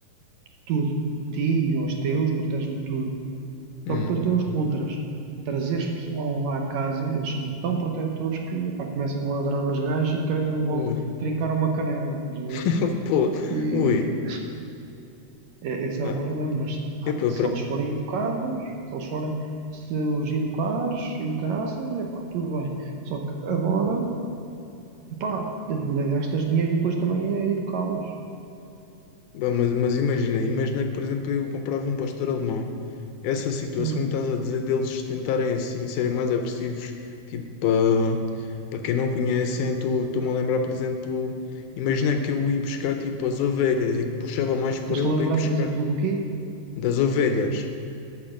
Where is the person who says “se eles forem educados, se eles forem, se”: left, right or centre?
Right